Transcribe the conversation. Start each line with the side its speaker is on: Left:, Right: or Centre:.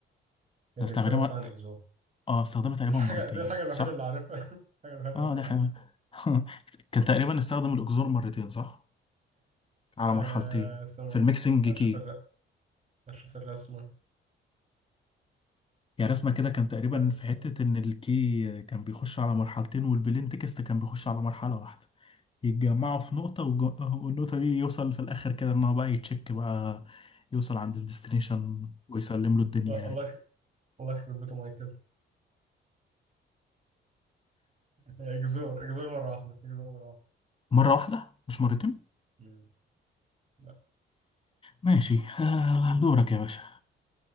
Right: هي
Left: ده
Right: بيستخدم
Left: استخدمها
Right: فعلا اكزوم
Left: اه استخدمها تقريبا
Right: دي الحاجة
Left: مرتين
Right: دي الحاجة الوحيدة
Left: صح
Right: اللي عارفها <laughs> الحاجة الوحيدة
Left: اه
Right: اللي عارفها
Left: ده حلو <laughs> كان تقريبا
Right: <laughs>
Left: استخدم الاكزور مرتين صح على
Right: آه،
Left: مرحلتين
Right: استنى
Left: في الميكسنج
Right: اشوف
Left: كي
Right: الر... اشوف الرسمة
Left: يعني رسمة كده كان تقريبا
Right: نهار اسود
Left: في حتة إن الكي كان بيخش على مرحلتين والبلين تكست كان بيخش على مرحلة واحدة يتجمعوا في نقطة والج- والنقطة دي يوصل في الآخر كده إن هو بقى يتشيك بقى يوصل عند الديستنيشن ويسلم له الدنيا
Right: لا،
Left: يعني
Right: الله يخ- الله يخرب بيته مايكل هي جذور جذور مرة واحدة جذور مرة واحدة
Left: مرة واحدة مش مرتين
Right: مم. لا
Left: ماشي آه، دورك يا باشا